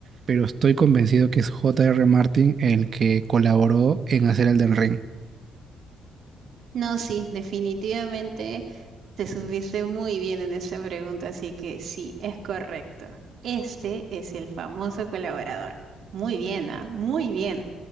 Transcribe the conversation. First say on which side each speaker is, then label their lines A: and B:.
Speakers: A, on the right (about 50°); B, on the right (about 65°).
A: pero estoy convencido que es J. R. Martin el que colaboró en hacer Elden Ring.
B: No, sí, definitivamente te subiste muy bien en esa pregunta, así que sí, es correcto. Este es el famoso colaborador. Muy bien, ah, Muy bien.